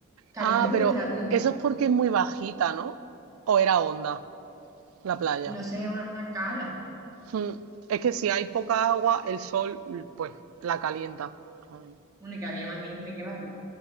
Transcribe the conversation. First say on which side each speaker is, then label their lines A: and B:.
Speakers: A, on the right; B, on the right.
A: caliente
B: Ah,
A: como
B: pero
A: de la ducha.
B: eso es porque es muy bajita, ¿no? ¿O era onda la playa?
A: No sé, era una cala.
B: Mm, Es que si hay poca agua, el sol mm, pues la calienta. Ah,
A: Una que había más gente que vaya.